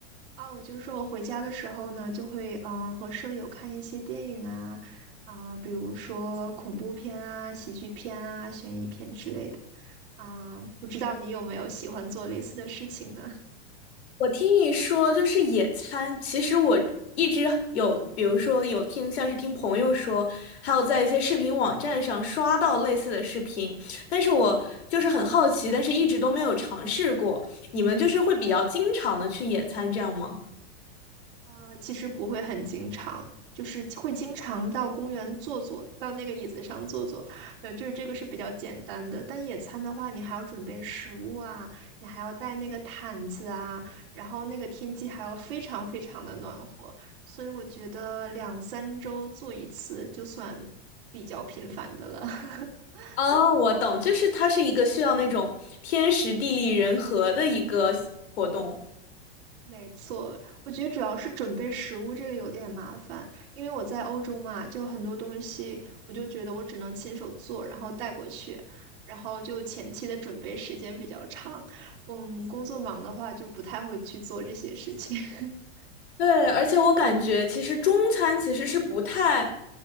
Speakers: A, on the right; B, on the left.
A: 啊，我就说我回家的时候呢，就会嗯、呃和舍友看一些电影啊，啊、比如说恐怖片啊、喜剧片啊、悬疑片之类的。啊、不知道你有没有喜欢做类似的事情呢？
B: 我听你说就是野餐，其实我一直有，比如说有听像是听朋友说，还有在一些视频网站上刷到类似的视频，但是我就是很好奇，但是一直都没有尝试过。你们就是会比较经常的去野餐，这样吗？
A: 啊，其实不会很经常，就是会经常到公园坐坐，到那个椅子上坐坐，呃，就是这个是比较简单的。但野餐的话，你还要准备食物啊，你还要带那个毯子啊，然后那个天气还要非常非常的暖和，所以我觉得两三周做一次就算比较频繁的了。<laughs>
B: 哦，我懂，就是它是一个需要那种天时地利人和的一个活动。
A: 没错，我觉得主要是准备食物这个有点麻烦，因为我在欧洲嘛，就很多东西我就觉得我只能亲手做，然后带过去，然后就前期的准备时间比较长。嗯，工作忙的话就不太会去做这些事情。<laughs>
B: 对，而且我感觉其实中餐其实是不太